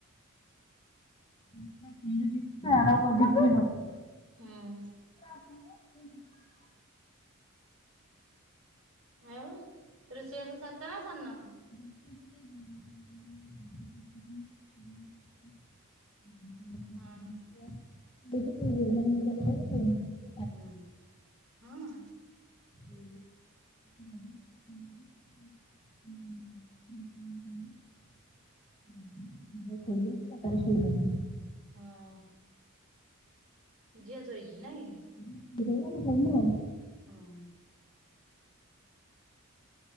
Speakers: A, on the left (about 25°); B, on the right (about 75°).
A: <unintelligible>
B: ହୁଁ।
A: <inaudible>
B: ଆଉ ରୋଷେଇ ବାସ ସାରିଚ ନା ସାରିନ?
A: <inaudible> <inaudible>
B: ହଁ ହଁ।
A: <inaudible>
B: ହୁଁ, ହଁ।
A: <inaudible> <unintelligible>
B: ହଁ, ଝିଅ ଶୋଇଛି ନାଇଁ?
A: <unintelligible>
B: ହଁ।